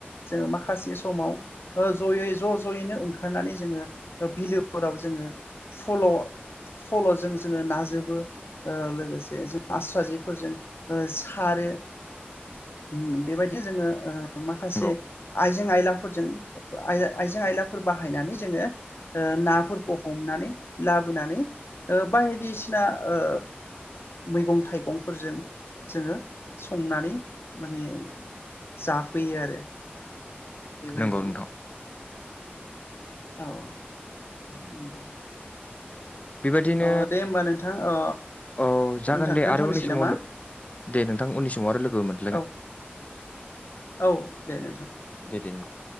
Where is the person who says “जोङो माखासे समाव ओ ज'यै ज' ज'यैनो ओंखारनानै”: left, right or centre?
Left